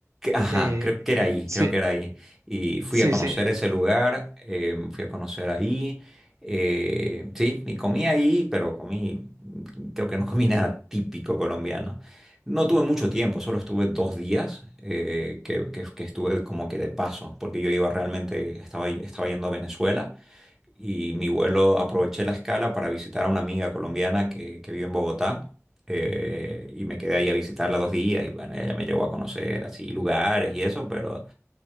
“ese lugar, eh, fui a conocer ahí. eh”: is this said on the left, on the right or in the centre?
Centre